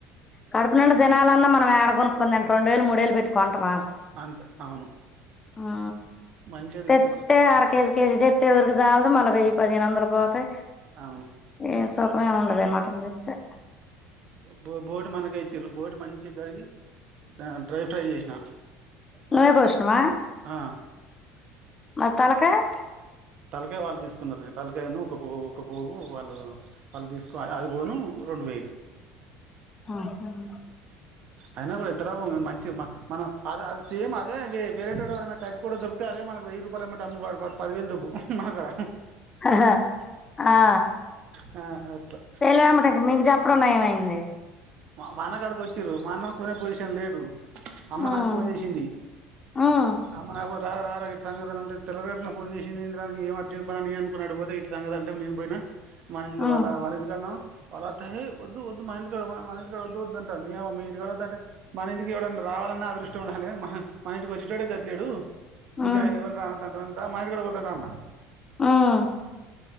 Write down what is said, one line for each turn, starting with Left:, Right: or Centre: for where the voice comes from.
Left: కడుపు నిండ దినాలన్నా మనం ఏడ కొకునుకుందం రెండు వేలు మూడు వేలు పెట్టి కొంటమ
Right: అంతే అవును
Left: ఆ
Right: మంచిగా తీసుకొచ్చి
Left: తెత్ ఆరు కేజీ కేజీ తెత్ ఎవరికి జాలదు మల వెయ్యి పదిహేను వందలు ఇగ పోతే
Right: అవును
Left: ఏ సుఖమేమి ఉండద మటం దెత్తే
Right: బో బోటి మనకె ఇచ్చిరు బోటి మంచి కడిగి డ్రై ఫ్రై చేసిన
Left: నువ్వే కోష్ణవ
Right: ఆ
Left: మరి తలకాయ్
Right: తలకాయ వాళ్ళు తీసుకున్నారు తలకాయ ను ఒక పో ఒక పోగు వాళ్ళు వాళ్ళు తీసుకో అది పోను రెండు వేలు
Left: ఆహా
Right: అయినా కూడా ఎంత లాభం ఇది మంచి మా మనం అ అది సేమ్ అదే వేరేటోడ్ ఎవడన్నా కట్కోడు దొరికితే అదే మన వెయి రూపాయలు ఎమ్మట్టి డమ్ము వాడు వాడు పదివేలు దొబ్బు మాకడ
Left: ఆహా ఆ
Right: ఆ అట్లా
Left: <unintelligible> మీకు చెప్పడం నయమైంది
Right: మా మా అన్న కాడికొచ్చిరు మా అన్న కొనే పొజిషన్ల లేడు అమ్మ
Left: ఉమ్
Right: నాకు ఫోన్ చేసింది
Left: ఉమ్
Right: అమ్మ నాకు ఫన్ రా రా సంగతంటే తెల్లరగట్లనే ఫోన్ చేసిందేందిరా ఏం అర్జెంట్ అని నేను అనుకునీ అటు పోతే ఇట్ల సంగతంటే నేను పోయినా మన ఇంటికి
Left: ఉమ్
Right: వాళ్ళ వాళ్ళింటికాడున్నం వాళ్ళ అత్త ఎహే ఒద్దు ఒద్దు మా ఇంటికాడ ఇక్కడ వద్దు వద్దు అంటాంది నీయవ్వ మీ ఇంటికాడ వద్దంటే మన ఇంటికి ఎవడన్నా రావాలన్న అదృష్టం ఉండాలి మన మన ఇంటికొచ్చేటోడే గతిలేడు
Left: ఉమ్
Right: ఇంకా ఎవర్ని రావద్దంటాన్నావ్ రా మా ఇంటికాడ పోద్దాం రాన్న
Left: ఉమ్